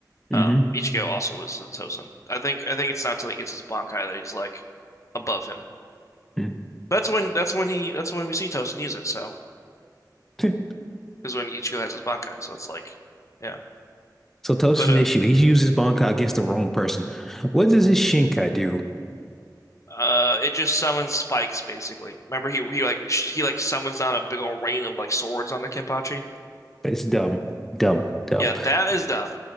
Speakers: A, in the centre; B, on the left (about 45°).
A: Mm-hmm,
B: Um, Ichigo also loses to Tozen. I think I think it's not till he gets his Bankai that he's like above him.
A: hmm
B: That's when that's when he that's when we see Tozen use it. So
A: Mm.
B: is when Ichigo has his Bankai. So it's like, yeah.
A: <laughs> So Tosa's
B: But uh,
A: issue, he's used his Bankai against the wrong person. What does his Shinkai do?
B: uh, it just summons spikes basically. Remember he he like sh- he like summons down a big old rain of like swords on the Kenpachi.
A: It's dumb, dumb, dumb.
B: Yeah, that is dumb.